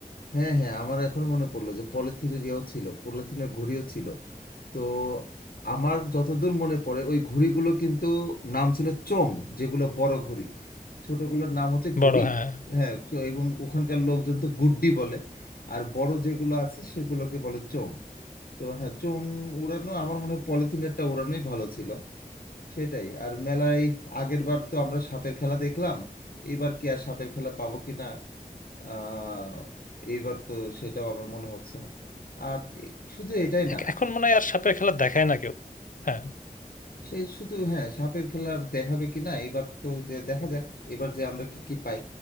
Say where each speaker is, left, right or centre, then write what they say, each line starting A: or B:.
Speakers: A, on the left; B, on the left.
A: হ্যাঁ হ্যাঁ আমার এখন মনে পড়লো যে পলিথিনের ইয়েও ছিল পলিথিনের ঘুড়িও ছিল তো আমার যতদূর মনে পড়ে ওই ঘুড়িগুলো কিন্তু নাম ছিল চোং যেগুলো বড় ঘুড়ি ছোটগুলোর নাম হচ্ছে ঘুড়ি
B: বড় হ্যাঁ
A: হ্যাঁ এবং ওখানকার লোকজন তো গুড্ডি বলে আর বড় যেগুলো আছে সেগুলোকে বলে চোং তো হ্যাঁ চোঙ উড়ানো আমার মনে হয় পলিথিনেরটা উড়ানোই ভালো ছিল সেটাই আর মেলায় আগের বার তো আমরা সাপের খেলা দেখলাম এবার কি আর সাপের খেলা পাবো কি না আহ, এইবার তো সেটাও আমার মনে হচ্ছে না আর এ- শুধু এটাই না
B: এক- এখন মনে হয় আর সাপের খেলা দেখায় না কেউ হ্যাঁ
A: সে শুধু হ্যাঁ সাপের খেলার দেখাবে কিনা এবার তো যে দেখা যাক এবার যে আমরা কি কি পাই